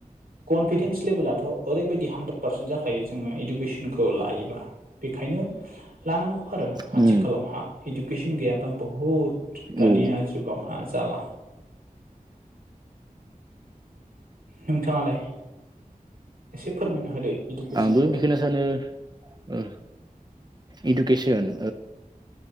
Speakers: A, on the right; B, on the right.
A: कनफिडेन्स लेभेलाथ' ओरैबायदि हान्द्रेद पार्सेन्ट जाखायो जोङो इडुकेसनखौ लायोबा बेखायनो लानांगौ आरो
B: उम
A: आथिखालावहा
B: उम
A: इडुकेसन गैयाबा बहुद दानिया
B: औ
A: जुगावहा जाला नोंथाङालाय एसे फोरमायना होदो इडुकेसननि
B: आंबो
A: बारै
B: बेखौनो सानो इडुकेसन